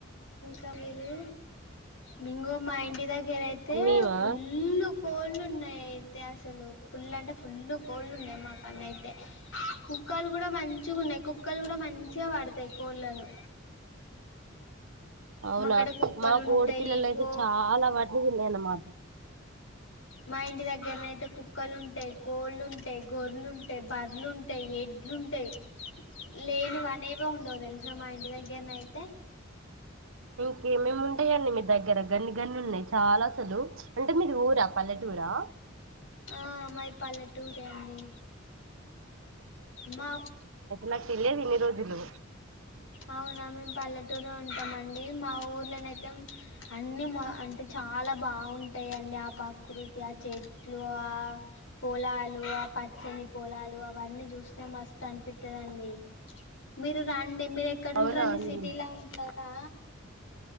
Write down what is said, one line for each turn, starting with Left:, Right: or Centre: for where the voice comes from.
Left: గ మీరూ మింగో మా ఇంటి దెగ్గరా అయితే
Right: మేమా
Left: ఫూల్ ఉ కోళ్ళు ఉన్నాయి అయితే అసలు ఫుల్ అంటే ఫుల్ కోళ్ళు ఉన్నాయి మా కన్నై కుక్కలు గూడా మంచూ గున్నాయి కుక్కలు గూడా మంచీగా వాడ్తాయి కోళ్ళలను
Right: అవునా
Left: మాకాడ కుక్కలు
Right: మా కోడిపిల్లన్లేతే
Left: ఉంటాయి కో
Right: చాలా వాటిని తిన్నాయి అన్నమా
Left: మా ఇంటి దెగ్గర్నేతే కుక్కలుంటై, కోళ్ళుంటై, గోర్లుంటై, బర్రలు ఉన్ టై ఎడ్లుంటై లేనివి అనేవే ఉండవు తెల్సా మా ఇంటి దెగ్గర్నైతే
Right: ఇంకేమేమి ఉంటాయండి మీ దగ్గర గన్ని గన్నీ ఉన్నాయి చాలా అసలు అంటే మీది ఊరా పల్లెటూరా
Left: ఆ మాది పల్లెటూరే అండి మా
Right: నాక్ తెలియదు ఇన్ని రోజులు
Left: అవునా మేము పల్లెటూరు ఉంటామండి మా ఊర్లోనైతే అన్ని మా అంటే చాలా బావుంటాయండి ఆ ప్రకృతి ఆ చెట్లు ఆ పొలాలు ఆ పచ్చని పోలాలు అవ్ అవన్నీ జుస్తే మస్తు అనిపితదండి మీరు రాండి మీరు ఎక్కడ ఉంటారండి
Right: అవునా అండి
Left: సిటీలా ఉంటారా